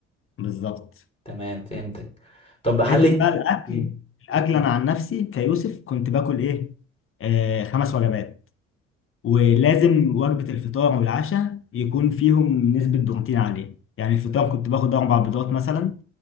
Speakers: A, on the left (about 35°); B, on the left (about 15°).
A: بالظبط
B: تمام فهمتك طب
A: حته
B: هل انت
A: بقى الاكل
B: مم.
A: الاكل
B: مم.
A: انا عن نفسي كيوسف كنت باكل ايه آه خمس وجبات ولازم وجبه الفطار والعشاء يكون فيهم نسبه بروتين عاليه يعني الفطار كنت باخد اربع بيضات مثلا